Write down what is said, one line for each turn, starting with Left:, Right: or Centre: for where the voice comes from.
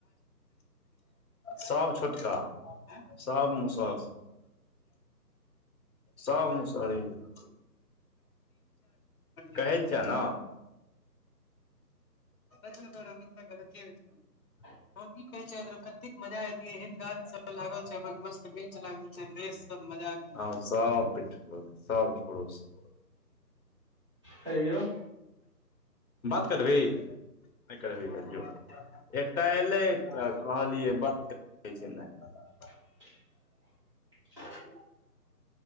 Left: सब छोटका सब मुसहर सब। सब मुसहरी के, कहै छियऽ न। <unintelligible>
Right: <inaudible>
Left: हम ई कहयत चाहेत र कते मजा एतिअइ एहन गाछ सब लागल छ, अपन मस्त बेंच लागल छै, बैस सब मजा हँ सब <unintelligible> सब छोरो स
Right: हय यौ
Left: बात करभी नहि करभी आ जो एकटा एलै त कहलियै, बात <unintelligible>
Right: <inaudible>